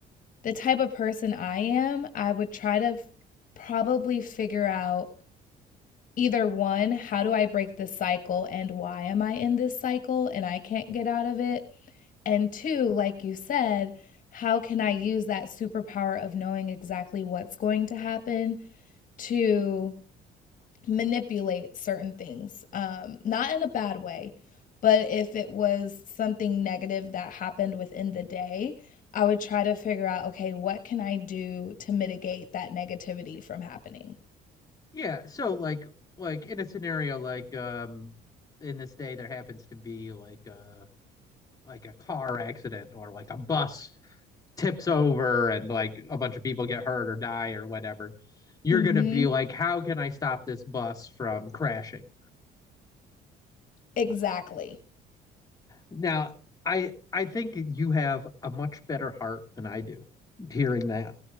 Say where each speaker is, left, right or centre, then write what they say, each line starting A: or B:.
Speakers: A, on the left (about 50°); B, on the left (about 20°).
A: the type of person I am, I would try to f- probably figure out either one, how do I break this cycle and why am I in this cycle and I can't get out of it? And two, like you said, how can I use that superpower of knowing exactly what's going to happen to manipulate certain things, um, not in a bad way, but if it was something negative that happened within the day, I would try to figure out, okay, what can I do to mitigate that negativity from happening?
B: Yeah, so like like in a scenario like um in this day there happens to be like uh like a car accident or like a bus tips over and like a bunch of people get hurt or die or whatever, you're
A: hmm
B: going to be like, how can I stop this bus from crashing?
A: Exactly.
B: Now, I I think you have a much better heart than I do hearing that